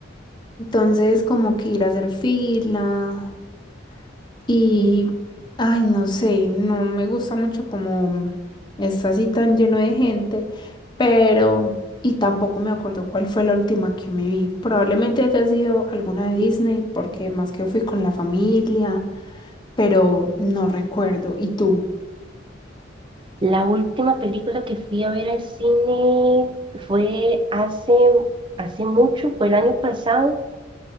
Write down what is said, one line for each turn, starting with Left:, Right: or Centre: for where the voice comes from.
Left: Entonces, como que ir a hacer fila y,
Right: ok.
Left: ay, no sé, no me gusta mucho como está así tan lleno de gente, pero, y tampoco me acuerdo cuál fue la última que me vi. Probablemente haya sido alguna de Disney, porque más que fui con la familia, pero no recuerdo. ¿Y tú?
Right: La última película que fui a ver al cine fue hace, hace mucho, fue el año pasado,